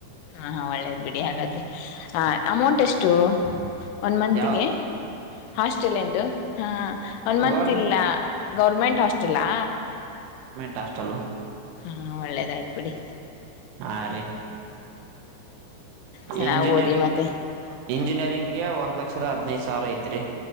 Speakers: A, on the left; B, on the right.
A: ಹಾ ಹಾ ಒಳ್ಳೇದ್ ಬಿಡಿ ಹಾಗಾದ್ರೆ ಹ ಅಮೌಂಟ್ ಎಷ್ಟು ಷ್ಟೋ ಒನ್ ಮಂತಿಗೆ
B: ಯಾವ
A: ಹಾಸ್ಟೆಲ್ ಎಂದು ಹಾಂ ಒನ್ ಮಂತ
B: ಗೌರ್ಮೆಂಟ್
A: ಇಲ್ಲ ಗೌರ್ಮೆಂಟ್ ಹಾಸ್ಟೆಲಾ
B: ಟಾಸ್ಟಲ್ಲ
A: ಹಾ ಒಳ್ಳೇದಾಯ್ತು ಬಿಡಿ
B: ಹಾ ರೀ
A: ಚೆನ್ನಾಗ್
B: ಇಂಜಿನಿಯರಿಂಗ್
A: ಓದಿ ಮತ್ತೆ
B: ಇಂಜಿನಿಯರಿಂಗ್ಗೆ ಒಂದು ಲಕ್ಷದ ಅಧಿ ನೈದುಸಾವಿರ ಐತೆರಿ